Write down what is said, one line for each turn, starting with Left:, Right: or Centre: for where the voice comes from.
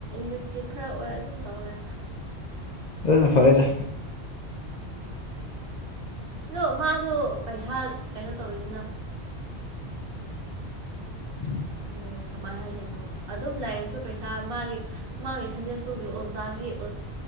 Right: ꯌꯨꯠꯀꯤ ꯈꯔ ꯑꯣꯏ ꯑꯗꯨꯝ ꯇꯧꯔꯦ
Left: ꯍ ꯐꯔꯦꯗ
Right: ꯑꯗꯣ ꯃꯥꯁꯨ ꯄꯩꯁꯥ ꯀꯩꯅꯣ ꯇꯧꯋꯤꯗꯅ
Left: ꯎꯝ
Right: ꯎꯝ ꯀꯃꯥꯏ ꯍꯥꯏꯗꯣꯏꯅꯣ ꯑꯗꯨꯝ ꯂꯥꯏꯔꯤꯛꯁꯨ ꯄꯩꯁꯥ ꯃꯥꯒꯤ ꯃꯥꯒꯤ ꯁꯟꯖꯦꯁꯨ ꯀꯣ ꯑꯣꯖꯥꯒꯤ